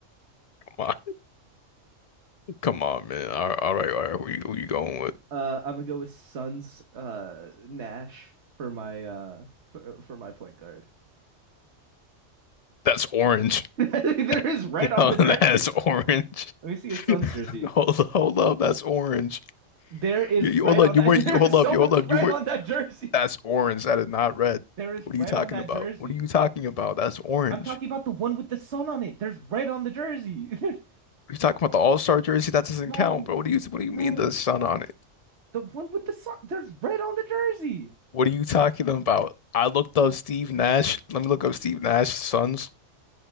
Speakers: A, on the left; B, on the right.
A: Come on, <laughs> come on, man. All right, all right, all right. Who you, who you going with?
B: Uh, I'm gonna go with Suns uh Nash for my uh for for my point guard.
A: That's orange.
B: <laughs> There
A: <laughs>
B: is red
A: Yo,
B: on the jersey.
A: that's orange.
B: Let me see his son's
A: <laughs>
B: jersey.
A: Hold up, hold up. That's orange.
B: There is
A: You, you
B: red
A: hold up.
B: on
A: You
B: that.
A: weren't.
B: <laughs> There
A: You hold
B: is so
A: up. You
B: much
A: hold up.
B: red
A: You weren't.
B: on that jersey.
A: That's orange. That is not red.
B: There is
A: What
B: red
A: are you talking
B: on that
A: about?
B: jersey.
A: What are you talking about? That's orange.
B: I'm talking about the one with the sun on it. There's red on the jersey. <laughs> There's
A: You talking about the All-Star jersey? That doesn't
B: no,
A: count, bro. What do you What do you
B: no.
A: mean the sun on it?
B: The one with the sun. There's red on the jersey.
A: What are you talking about? I looked up Steve Nash. Let me look up Steve Nash's sons.